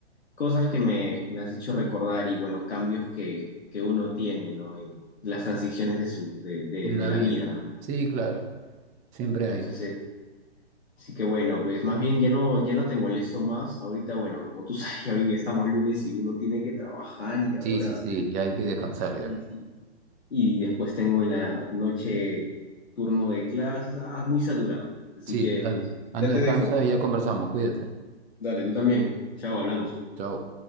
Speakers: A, on the left; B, on the right.
A: cosas que me, me has hecho recordar y bueno, cambios que, que uno tiene, ¿no? En las transiciones de su, de, de,
B: De la
A: de la
B: vida.
A: vida, ¿no?
B: Sí, claro, siempre
A: Entonces,
B: hay.
A: eh, sí que bueno, pues más bien ya no, ya no te molesto más. Ahorita, bueno, como tú sabes, <laughs> ya hoy estamos lunes y uno tiene que trabajar y ahora,
B: Sí, sí, sí, ya hay que descansar
A: y,
B: ya.
A: sí, y después tengo en la noche turno de clases, ah, muy saturado. Así
B: Sí,
A: que
B: dale.
A: ya
B: Anda,
A: te
B: descansa
A: dejo, pues.
B: y ya conversamos, cuídate.
A: Dale, tú también. Chao, hablamos.
B: Chao.